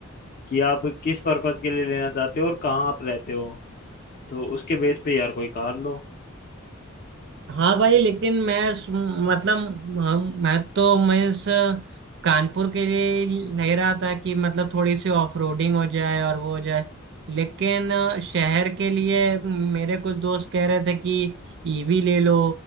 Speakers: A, on the left; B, on the right.
A: कि आप किस पर्पज के लिए लेना चाहते हो और कहाँ आप रहते हो तो उसके बेस पे यार कोई कार लो
B: हाँ भाई लेकिन मैं सु- मतलब हम मैं तो मैं इस कानपुर के लिए ले रहा था कि मतलब थोड़ी सी ऑफ रोडिंग हो जाए और वो हो जाए लेकिन अ, शहर के लिए मेरे कुछ दोस्त कह रहे थे कि ईवी ले लो